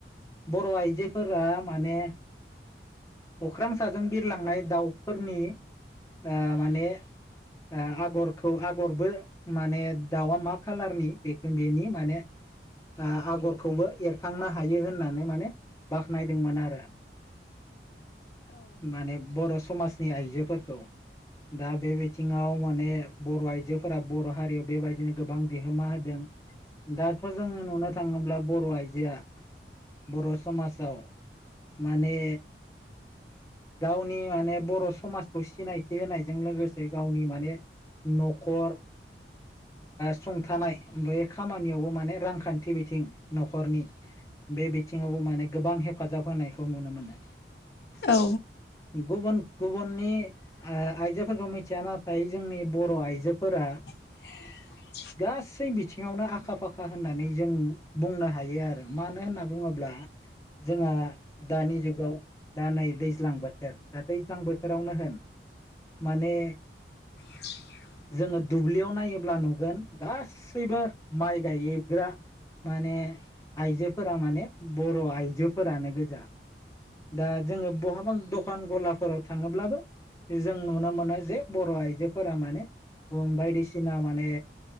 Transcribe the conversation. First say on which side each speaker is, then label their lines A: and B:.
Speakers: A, on the left; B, on the left.
A: बर' आइजोफोरा माने। अख्रां साजों बिरलांनाय दाउफोरनि ओ माने। ओ आगरखौ आगरबो माने दाउआ मा खालारनि बेखो बेनि माने। ओ आगरखौबो एरखांना हायो होननानै माने बाख्नायदोंमोन आरो। माने बर' समाजनि आइजोफोरखौ दा बे बिथिङाव माने बर' आइजोफोरा बर' हारियाव बेबायदिनो गोबां बिहोमा होदों दाथ' जोङो नुनो थाङोब्ला बर' आइजोआ बर' समाजाव माने गावनि माने बर' समाजखौ सिनायथि होनायजों लोगोसे गावनि माने न'खर सुंथानाय बे खामानियावबो माने रांखान्थि बिथिं न'खरनि बे बिथिङावबो माने गोबां हेफाजाब होनायखौ नुनो मोनो।
B: औ।
A: गुबुन गुबुननि आइजोफोरखौ मिथिया नाथाय जोंनि बर' आइजोफोरा
B: <inaudible>
A: गासै बिथिङावनो आखा फाखा होननानै जों बुंनो हायो आरो मानो होनना बुङोब्ला जोंहा दानि जुगाव दा नै दै दैज्लां बोथोर दा दैज्लां बोथोरावनो होन माने
B: <inaudible>
A: जोङो दुब्लियाव नायोब्ला नुगोन गासैबो माइ गायोग्रा माने आइजोफोरा माने बर' आइजोफोरानो गोजा दा जोङो बहाबा दखान गलाफोराव थाङोब्लाबो जों नुनो मोनो जे बर' आइजोफोरा माने बायदिसिना माने